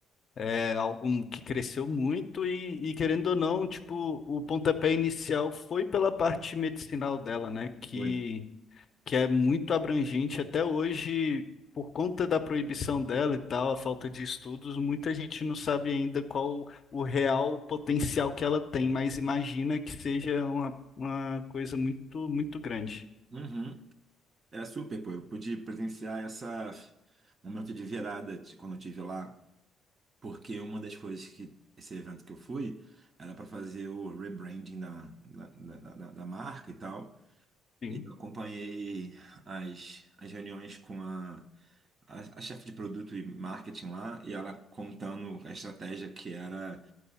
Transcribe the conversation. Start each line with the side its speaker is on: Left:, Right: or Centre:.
Left: É algo que cresceu muito e, e, querendo ou não, tipo, o pontapé inicial foi pela parte medicinal dela, né? Que,
Right: Foi.
Left: que é muito abrangente até hoje, por conta da proibição dela e tal, a falta de estudos, muita gente não sabe ainda qual o real potencial que ela tem, mas imagina que seja uma, uma coisa muito, muito grande.
Right: Uhum. É super, pô. Eu pude presenciar essa momento de virada de quando eu tive lá, porque uma das coisas que esse evento que eu fui era para fazer o rebranding da, da, da, da- da marca e tal.
Left: Sim.
Right: E eu acompanhei as, as reuniões com a a, a chefe de produto e marketing lá, e ela contando a estratégia que era